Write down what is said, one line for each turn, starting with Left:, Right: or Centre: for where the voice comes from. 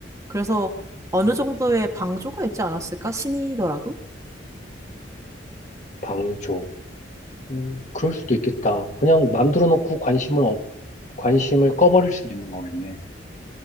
Right: 그래서 어느
Left: 음,
Right: 정도의 방조가 있지 않았을까? 신이더라도?
Left: 방조. 음, 그럴 수도 있겠다. 그냥 만들어 놓고 관심을, 없- 관심을 꺼버릴 수도 있는 거겠네.